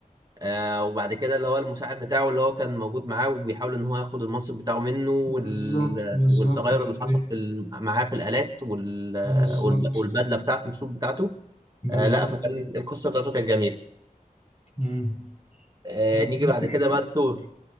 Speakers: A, on the right (about 25°); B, on the left (about 50°).
A: آه وبعد كده اللي هو المساعد بتاعه اللي هو كان موجود معاه وبيحاول ان هو ياخد المنصب بتاعه منه وال...
B: بالظبط بالظبط
A: والتغير
B: الحتة
A: اللي حصل
B: دي
A: في ال... معاه في الآلات وال...
B: بالظبط
A: والب... والبدله بتاعته السوق بتاعته
B: بالظبط
A: آه لا فكان القصه بتاعته كانت جميله
B: مم.
A: آه
B: ايرون
A: نيجي
B: مان
A: بعد
B: 3
A: كده
B: برضه
A: بقى لثور